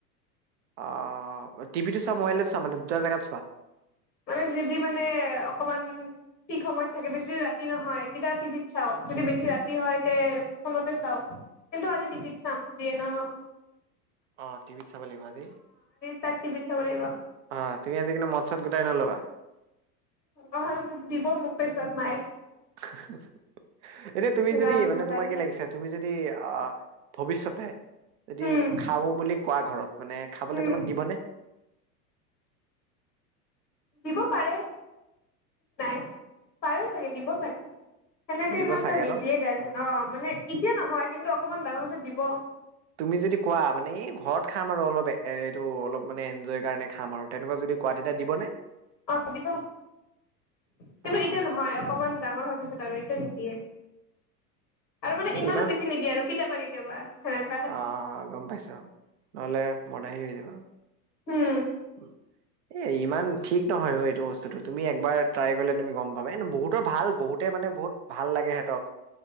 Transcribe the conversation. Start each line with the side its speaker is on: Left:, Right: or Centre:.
Right: অ অ! টিভিটো চোৱা, মোবাইলতো চোৱা, মানে দুটা জেগাত চোৱা।
Left: মানে যিৰ দি মানে অকণমান। ঠিক সময়ত থাকে! বেছি যদি ৰাতি নহয়, তেতিয়া টিভিত চাওঁ, যদি বেছি ৰাতি হয় তে ফোনতে চাওঁ। কিন্তু, আজি টিভিত চাম যিয়ে নহওঁক।
Right: অঁ! টিভিত চাব লাগিব আজি।
Left: তাত টিভিত চাব লাগিব।
Right: অ' ঠিকেই আছে, কিন্তু মদ ছদ গোটাই নল'বা।
Left: অঁ অঁ! দিব মোক পিছত মায়ে।
Right: <unintelligible> এতিয়া তুমি যদি,
Left: ৰাম
Right: মানে
Left: ধলাই
Right: তোমাৰ কি লাগিছে? তুমি যদি আঁ ভৱিষ্যতে যদি
Left: উম
Right: খাওঁ বুলি কোৱা ঘৰত, মানে খাবলৈ
Left: উম
Right: তোমাক দিবনে?
Left: দিব পাৰে, নাই, পাৰে চাগে, দিব চাগে। সেনেকে
Right: দিব
Left: ইমানটো
Right: চাগে
Left: নিদিয়ে
Right: ন
Left: বাৰু। অ' মানে এতিয়া নহয়, কিন্তু অকণমান ডাঙৰ হোৱাৰ পিছত দিব।
Right: তুমি যদি কোৱা, মানে এই ঘৰত খাম আৰু অলপ এ, এইটো অলপ মানে এন্জয়ৰ কাৰণে খাম আৰু তেনেকুৱা যদি। কোৱাতাতে দিবনে?
Left: অ' দিব। কিন্তু
Right: অ'
Left: এতিয়া নহয়,
Right: ঠিকে
Left: অকণমান
Right: আছে।
Left: ডাঙৰ হোৱাৰ পিছত আৰু
Right: উম,
Left: এতিয়া নিদিয়ে। আৰু মানে
Right: এই
Left: ইমানো
Right: ইমান
Left: বেছি নিদিয়ে আৰু কেতিয়াবা কেতিয়াবা সে।
Right: অ' অ' গ'ম পাইছোঁ, নহ'লে মদাহি হৈ যাবা।
Left: উম।
Right: <unintelligible> এই ইমান ঠিক নহয়, এইটো বস্তুটো তুমি একবাৰ ট্ৰাই কৰিলে, তুমি গ'ম পাবা এ বহুতৰ ভাল বহুতে মানে বহুত ভাল লাগে সিহঁতক